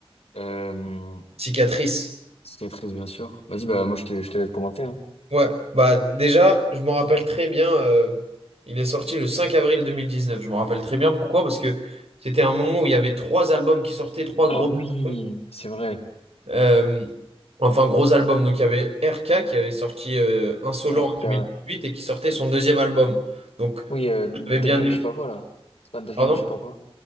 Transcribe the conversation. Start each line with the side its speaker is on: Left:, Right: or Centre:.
Left: Euh,
Right: cicatrice.
Left: cicatrice, bien sûr. Vas-y, bah, moi, je te, je te laisse commencer, hein.
Right: Ouais, bah déjà, je m'en rappelle très bien. euh, il est sorti le 5 avril 2019. Je m'en rappelle très bien pourquoi, parce que c'était un moment où il y avait trois albums qui sortaient, trois
Left: Ah
Right: gros.
Left: oui,
Right: albums.
Left: c'est vrai.
Right: Euh, enfin, gros album. Donc, il y avait RK qui avait sorti euh, Insolent
Left: RK,
Right: en deux mille
Left: ouais.
Right: huit et qui sortait son deuxième album. Donc,
Left: Oui, euh, Dream,
Right: j'avais bien aimé.
Left: je sais pas quoi, là. C'est pas Dream,
Right: Pardon?
Left: je sais pas quoi.